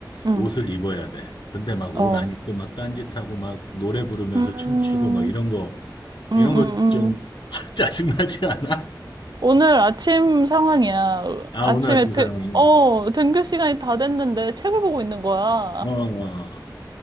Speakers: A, on the right; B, on the left.
A: 음,
B: 옷을 입어야 돼. 근데 막
A: 어,
B: 옷 안 입고 막 딴짓하고 막 노래 부르면서
A: 음,
B: 춤추고 막 이런 거, 이런
A: 음, 음,
B: 거 좀
A: 음.
B: <laughs> 짜증나지 않아?
A: 오늘 아침 상황이야.
B: 아,
A: 아침에
B: 오늘 아침
A: 등,
B: 사용이구나.
A: 어, 등교 시간이 다 됐는데 책을 보고 있는 거야.
B: 어, 어,